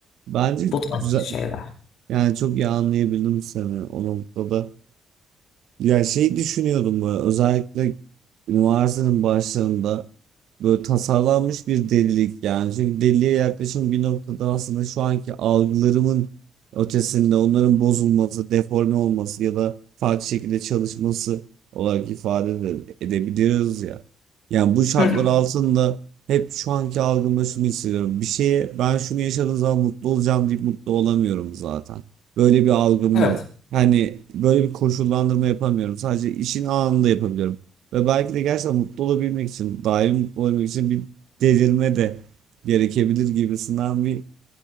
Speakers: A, on the right; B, on the left.
A: Bence
B: bu tarz
A: güzel
B: şeyler.
A: yani çok iyi anlayabildim seni o noktada. Ya şey düşünüyordum böyle özellikle üniversitenin başlarında böyle tasarlanmış bir delilik yani. Çünkü deliliğe yaklaşım bir noktada aslında şu anki algılarımın ötesinde onların bozulması, deforme olması ya da farklı şekilde çalışması olarak ifade de edebiliyoruz ya. Yani bu şartlar
B: Hı hı.
A: altında hep şu anki algımda şunu hissediyorum. Bir şeye ben şunu yaşadığım zaman mutlu olacağım deyip mutlu olamıyorum zaten. Böyle bir algım
B: Evet.
A: yok. Hani böyle bir koşullandırma yapamıyorum. Sadece işin anında yapabiliyorum. Ve belki de gerçekten mutlu olabilmek için, daim mutlu olabilmek için bir delirme de gerekebilir gibisinden bir